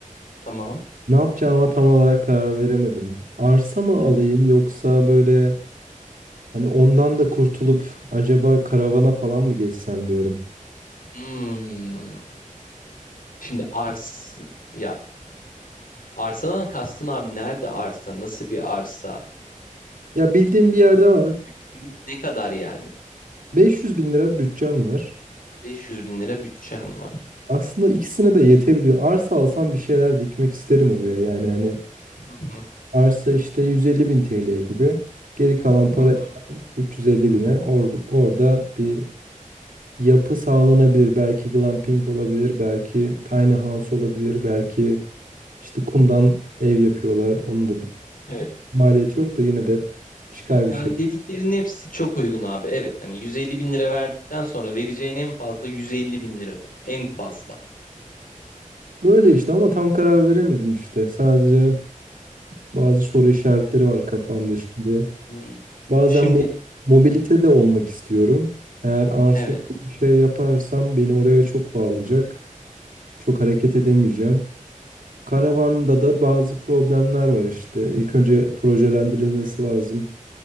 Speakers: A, on the left; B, on the right.
A: Tamam.
B: ne yapacağıma tam olarak karar veremedim. Arsa mı alayım yoksa böyle hani ondan da kurtulup acaba karavana falan mı geçsem diyorum.
A: Hmm. Şimdi ars ya arsadan kastın abi nerede arsa? Nasıl bir arsa?
B: Ya bildiğim bir yerde var.
A: Bütçemiz ne kadar yani?
B: 500 bin lira bütçem var.
A: 500 bin lira bütçen var.
B: Aslında ikisine de yetebiliyor. Arsa alsam bir şeyler dikmek isterim oraya. Yani hani
A: Hı hı.
B: Arsa işte 150 bin TL gibi. Geri kalan para
A: Hı hı.
B: 350 bine or- orada bir yapı sağlanabilir. Belki glamping olabilir, belki tiny house olabilir, belki işte kumdan ev yapıyorlar. Onun da bir
A: Evet.
B: maliyeti yok da yine de çıkar bir
A: Yani
B: şey.
A: dediklerinin hepsi çok uygun abi. Evet hani 150 bin lira verdikten sonra vereceğin en fazla 150 bin liradır. En fazla.
B: Böyle işte ama tam karar veremedim işte. Sadece bazı soru işaretleri var kafamda şimdi.
A: Hmm.
B: Bazen
A: Şimdi
B: mo- mobilite de olmak istiyorum. Eğer arsa
A: evet,
B: gibi bir şey yaparsam beni oraya çok bağlayacak. Çok hareket edemeyeceğim. Karavanda da bazı problemler var işte. İlk önce projelendirilmesi lazım.